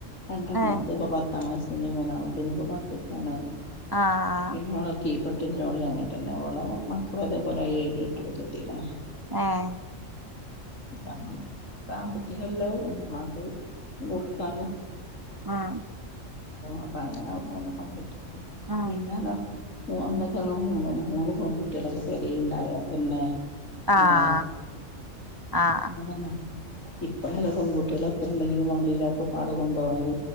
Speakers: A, on the left; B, on the right.
A: രണ്ടാമത്തെ
B: ഏഹ്
A: ഇപ്പ പത്താംക്ലാസ്സ്‌ പിനി മുമുക്ക്നി പത്തക്ക <unintelligible>
B: ആഹ്
A: പിന്നെ വഓള കീ പട്ട ലോളി അങ്ങിട്ടന്നെ അവഓളോ മക്കൾ അതേപോലെ ഏും എട്ടിലക്കെത്തിക്കണം
B: ആഹ്
A: ബ സാമ്പത്തികമല്ലോ ഉമാക്ക് കൊടുക്കാണ്
B: ആഹ്
A: അപ്പൊ അങ്ങനെ അവിടെന്ന്ന്നെണിക്കും
B: ഉം
A: പിന്നെതാ അന്നൊക്കെ അങ് മൂന്ന് മൂന്ന് പെൺകട്ടികളൊക്കെ പെരുണ്ടായോ പിന്നെ അല്ലേ
B: ആഹ് ആഹ്
A: ന്ന ഇപ്പഴല്ല പെൺകുട്ടികള എത്ര ഉണ്ടെങ്കിലും വണ്ടയിലൊക്കെ പാട കൊണ്ടുപോണത്